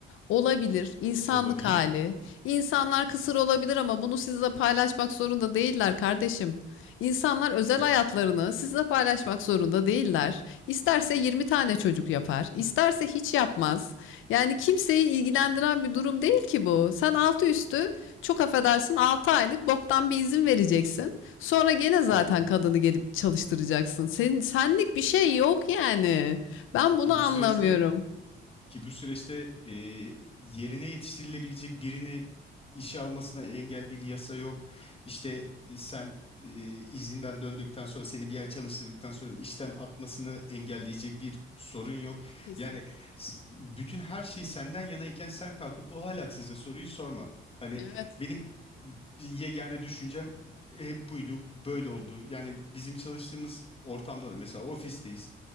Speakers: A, on the left; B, on the left.
A: Olabilir, insanlık
B: Olabilir.
A: hali. İnsanlar kısır olabilir ama bunu sizle paylaşmak zorunda değiller kardeşim. İnsanlar özel
B: Kesin.
A: hayatlarını sizle paylaşmak zorunda değiller. İsterse 20 tane çocuk yapar, isterse hiç yapmaz. Yani kimseyi ilgilendiren bir durum değil ki bu. Sen altı üstü çok affedersin 6 aylık boktan bir izin vereceksin. Sonra gene zaten
B: Tabii ki de.
A: kadını gelip çalıştıracaksın. Senin senlik bir şey yok yani. Ben
B: Ki
A: bunu anlamıyorum.
B: bu süreçte Ki bu süreçte e, yerine yetiştirilebilecek birini işe almasına engel bir yasa yok. İşte e, sen e, izinden döndükten sonra seni bir ay çalıştırdıktan sonra işten atmasını engelleyecek bir sorun yok.
A: Kesinlikle.
B: Yani s- bütün her şey senden yanayken sen kalkıp bu ahlaksızca soruyu sorma. Hani
A: Evet.
B: benim yegane düşüncem hep buydu, böyle oldu. Yani bizim çalıştığımız ortamda da mesela ofisteyiz.